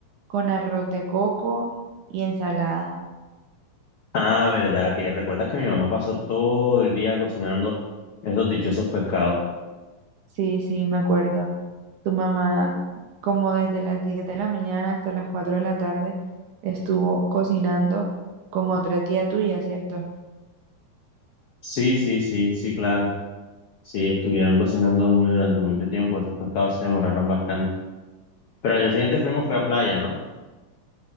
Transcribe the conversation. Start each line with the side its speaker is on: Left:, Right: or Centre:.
Right: con arroz de coco y ensalada.
Left: Ah, verdad, que recuerdas que mi mamá pasó todo el día cocinando esos dichosos pescados.
Right: Sí, sí, me acuerdo. Tu mamá, como desde las 10 de la mañana hasta las 4 de la tarde, estuvo cocinando con otra tía tuya, ¿cierto?
Left: Sí, sí, sí, sí, claro. Sí, estuvieron cocinando muy durante mucho tiempo, esos pescados se demoraron bastante. Pero al día siguiente fuimos, fue a playa, ¿no?